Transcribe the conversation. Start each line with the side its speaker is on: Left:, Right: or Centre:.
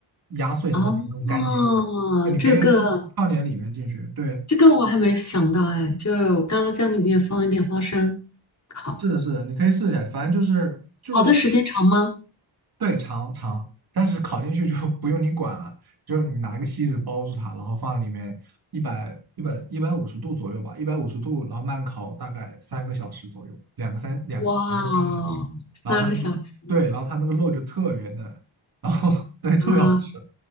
Right: 压碎弄成那种干碟粉，
Left: 哦，
Right: 对，你可以做放点里面进去。
Left: 这个
Right: 对，
Left: 这个我还没想到哎，就是我干辣椒里面放一点花生，好，
Right: 是的，是的，你可以试一下，反正就是就是
Left: 好的时间长吗？
Right: 对，长长，但是烤进去就 <laughs> 不用你管了，就是你拿个锡纸包住它，然后放里面一百一百一百五十度左右吧，一百五十度，然后慢烤大概三个小时左右，两个三两两个三个小时，
Left: 哇哦，三个小时
Right: 然后它那个对，然后它那个肉就特别嫩，然后 <laughs> 对特别好吃。
Left: 啊，